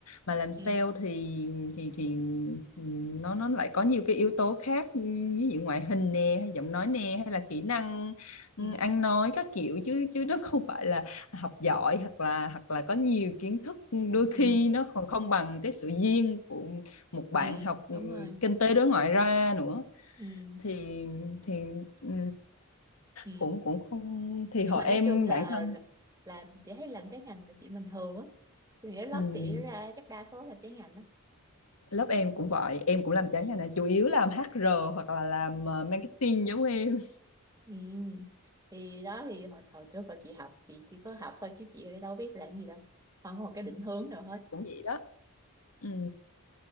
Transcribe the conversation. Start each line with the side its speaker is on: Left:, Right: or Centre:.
Left: mà làm sale
Right: ừ
Left: thì thì thì ừ, nó nó lại có nhiều cái yếu tố khác ừ, ví dụ ngoại hình nè hay giọng nói nè hay là kỹ năng ừ,
Right: ừ
Left: ăn nói các kiểu chứ chứ nó không phải là học giỏi hoặc là hoặc là có nhiều kiến thức ừ, đôi khi
Right: ừ
Left: nó còn không bằng cái sự duyên của một bạn
Right: ừ
Left: học ừ,
Right: đúng rồi
Left: kinh tế đối ngoại ra nữa
Right: ừ
Left: thì thì ừ,
Right: ừ
Left: cũng cũng không thì
Right: nhưng
Left: họ
Right: mà
Left: em
Right: nói chung là
Left: bản thân
Right: làm chị thấy làm trái ngành là chuyện bình thường á thì cái lớp
Left: ừ,
Right: chị ra chắc đa số là trái ngành đó
Left: lớp em cũng vậy em cũng làm trái ngành này chủ yếu làm HR hoặc là làm ờ, marketing giống em
Right: ừ. thì đó thì hồi, hồi trước là chị học chị chỉ có học thôi chứ chị đâu biết làm gì đâu không có một cái định hướng nào hết
Left: cũng vậy đó Ừ.